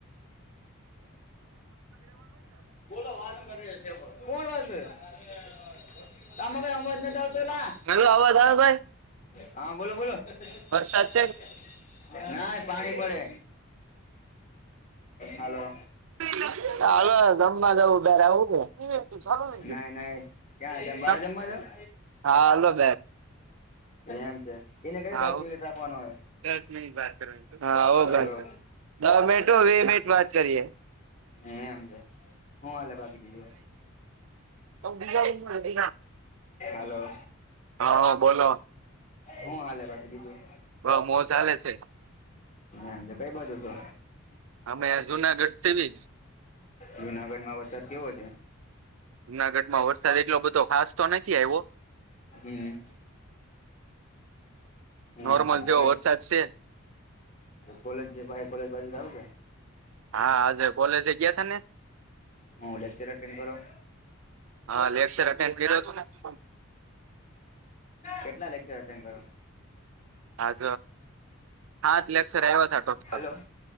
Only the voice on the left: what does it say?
<inaudible> <inaudible>
હા બોલો બોલો
છે, કે ના પાણી પડે હાલો.
ના ના ક્યાં બહાર
જમવા જાવો?
એમ છે એને કે
દસ
મિનિટ રાખવાનો હોય.
હલો
એ એમ છે હું હાલે બાકી બીજું?
હલો.
હું હાલે બાકી બીજું?
એમ છે કઈ બાજુ છો?
જુનાગઢમાં વરસાદ કેવો છે?
હમ. એમ
છે
કોલેજ
કોલેજ જે કોલેજ બાજુ જવુ છે?
હા, લેક્ચર અટેન્ડ કરો.
કેટલા લેક્ચર અટેન્ડ કરો?
હલો.